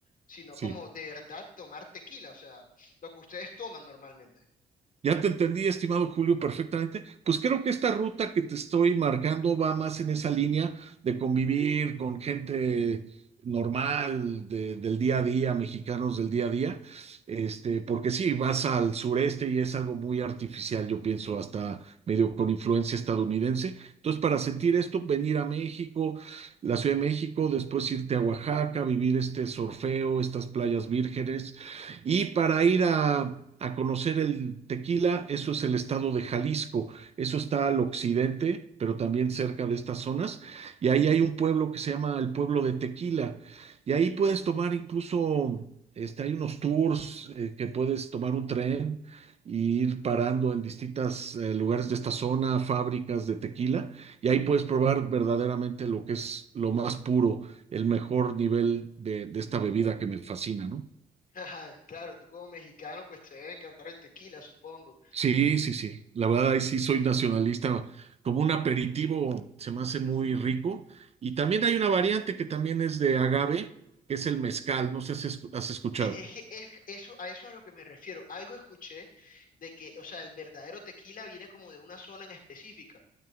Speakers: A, on the left; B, on the right.
A: sino
B: sí.
A: como de verdad tomar tequila. O sea, lo que ustedes toman normalmente.
B: Ya te entendí, estimado Julio, perfectamente. Pues creo que esta ruta que te estoy marcando va más en esa línea de convivir con gente normal de- del día a día, mexicanos del día a día. Este, porque sí, vas al sureste y es algo muy artificial, yo pienso, hasta medio con influencia estadounidense. Entonces, para sentir esto, venir a México, la Ciudad de México, después irte a Oaxaca, vivir este sorfeo, estas playas vírgenes y para ir a, a conocer el tequila, eso es el estado de Jalisco. Eso está al occidente, pero también cerca de estas zonas. Y ahí hay un pueblo que se llama el pueblo de Tequila. Y ahí puedes tomar incluso, este, hay unos tours eh, que puedes tomar un tren y ir parando en distintos lugares de esta zona, fábricas de tequila. Y ahí puedes probar verdaderamente lo que es lo más puro, el mejor nivel de, de esta bebida que me fascina, ¿no?
A: <laughs> Ajá, Claro, tú como mexicano, pues te debe encantar el tequila, supongo.
B: Sí, sí, sí. La verdad, ahí sí soy nacionalista. Como un aperitivo se me hace muy rico. Y también hay una variante que también es de agave, que es el mezcal. No sé si es- has escuchado.
A: E- Es, que es- eso, a eso es a lo que me refiero. Algo escuché de que, o sea, el verdadero tequila viene como de una zona en específica.